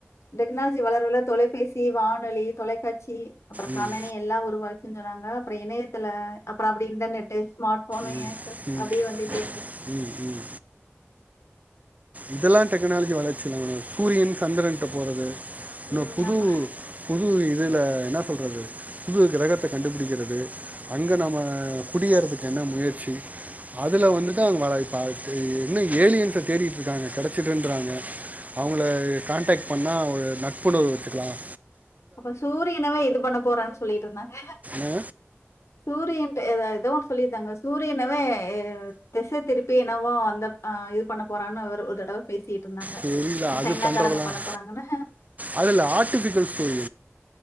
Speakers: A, on the left (about 80°); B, on the right (about 35°).
A: டெக்னாலஜி வளர வளர தொலைபேசி வானொலி தொலைக்காட்சி அப்புறம்
B: ம்
A: கணனி எல்லாம் உருவாச்சுங்கறாங்க அப்புறம் இணையத்துல அப்புறம் அப்படி இன்டர்நெட் ஸ்மார்ட் ஃபோனு
B: ம்
A: ஏன் சஸ்
B: ம்
A: அப்படியே வந்துட்டே இருக்கு
B: ம் ம் இதெல்லாம் டெக்னாலஜி வளர்ச்சிம் சூரியன் சந்திரன்ட்ட போறது
A: ம்
B: ந புது
A: ஆமா.
B: புது இதில என்ன சொல்றது புது கிரகத்தை கண்டுபிடிக்கிறது அங்கே நம்ம குடியேறதுக்கு என்ன முயற்சி அதில வந்துட்டு தான்ங்க இப்ப என்ன ஏலியன்ஸ தேடி க்காங்க கிடச்சிடுறாங்க அவங்கள கான்டேக்ட் பண்ணா ஒரு நட்புணர்வு வெச்சுக்கலாம்
A: அப்ப சூரியனவே இது பண்ண போறான் சொல்லிட்டு இருந்தாங்க
B: ஏன்னா
A: சூரியன் ஏதோ ஒன்ன சொல்லியிருந்தாங்க சூரியனவே திசை திருப்பி என்னவோ இது பண்ண போறாங்க ஒரு தடவ பேசிட்டு இருந்தாங்க.
B: தெரில
A: அஹ்,
B: அது
A: சைனாக்காரங்க
B: பண்றதுலாம்
A: பண்ண போறாங்கன்னு.
B: அதுல ஆர்டிபிகல் ஸ்டோரி